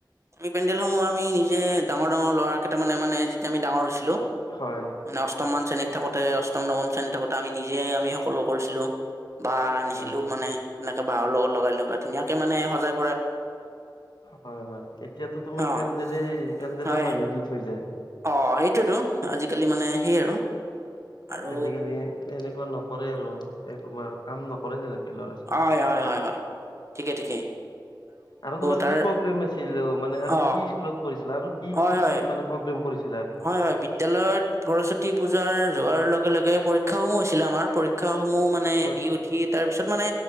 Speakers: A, on the right; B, on the left.
A: আমি পেডেল সমূহ আমি নিজে ডাঙৰ, ডাঙৰ ল'ৰা কেইটা মানে যেতিয়া আমি ডাঙৰ হৈছিলো।
B: হয়।
A: মানে অষ্টমমান শ্ৰেণীত থাকোঁতে অষ্টম নৱম শ্ৰেণী থাকোঁতে আমি নিজেই আমি সকলো কৰিছিলোঁ। বাঁহ আনিছিলো
B: হয়
A: মানে এনেকে বাহঁৰ লগত লগাই ধুনীয়াকে মানে সজাঁই
B: হয়, হয় এতিয়াতো তোমাৰ
A: অ'
B: পেডেলেই পেণ্ডেলৰ
A: হয়
B: মানুহ দি থৈ যায়।
A: অ' সেইটোৱেতো আজিকালি মানে সেই আৰু। আৰু
B: আজিকালি এনেকুৱা নকৰে আৰু এ তোমাৰ কাম নকৰে যেনেকে ল'ৰা চাল।
A: হয় হয় হয় হয় ঠিকে ঠিকে
B: আৰু তোমাৰ
A: তাৰ
B: কি প্ৰগ্ৰেম আছিল মানে আৰু
A: অ'
B: কি স্কুলত কৰিছিলা আৰু কি,
A: হয়
B: কি
A: হয়
B: মানে প্ৰগ্ৰেম কৰিছিল।
A: হয়, হয় বিদ্যালয়ত সৰস্বতী সৰস্বতী পূজা যোৱাৰ লগে, লগে পৰীক্ষা সমূহ হৈছিলে আমাৰ পৰীক্ষাস সমূহ মানে
B: হয়
A: দি উঠি তাৰ পিছত মানে